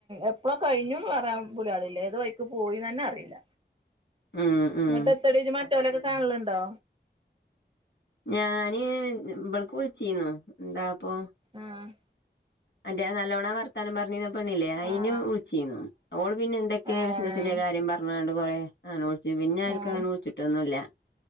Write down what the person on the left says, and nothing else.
ഉം ഉം
ഞാന് ഇബൾക്ക് വിൾചീന്നു എന്താപ്പൊ
അന്റെ നല്ലോണം വർത്താനം പർഞീ പെണ്ണില്ലേ അഴിന്
വിൾചീന്നു ഓള് പിന്നെ എന്തൊക്കെ
ബിസിനസിന്റെ കാര്യം പർഞാണ്ട് കൊറെ ലോൾച്ചി പിന്നെ ആർക്കും
അങ്ങനെ വിളിച്ചിട്ടൊന്നുല്ല